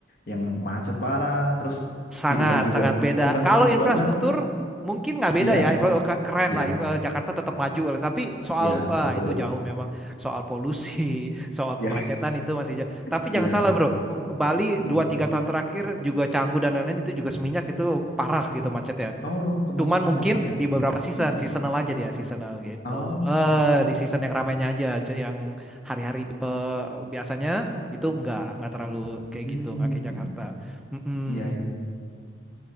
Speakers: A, on the left; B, in the centre.
A: Yang macet parah, terus
B: sangat
A: kehidupannya juga
B: sangat beda
A: kenceng
B: kalau infrastruktur
A: banget.
B: mungkin nggak beda
A: Iya,
B: ya infra- oh, ke- keren
A: Iya,
B: lah Infra- eh, Jakarta tetap maju lah. tapi soal
A: iya,
B: ah,
A: betul.
B: itu jauh memang soal polusi <laughs> soal kemacetan
A: iya,
B: itu masih jauh
A: <laughs>
B: tapi jangan
A: iya.
B: salah bro M- Bali dua
A: Mm.
B: tiga tahun terakhir juga Canggu dan lain-lain itu juga Seminyak itu parah gitu macet ya
A: Oh, termasuk
B: Cuman
A: seminyak
B: mungkin
A: iya.
B: di beberapa season,
A: mm
B: seasonal aja dia, seasonal gitu.
A: Oh,
B: Eh
A: I see.
B: di season yang ramainya aja, cu- yang hari-hari eh, biasanya itu nggak nggak terlalu kayak
A: Hmm,
B: gitu, nggak kayak Jakarta. Mm-mm.
A: iya, iya.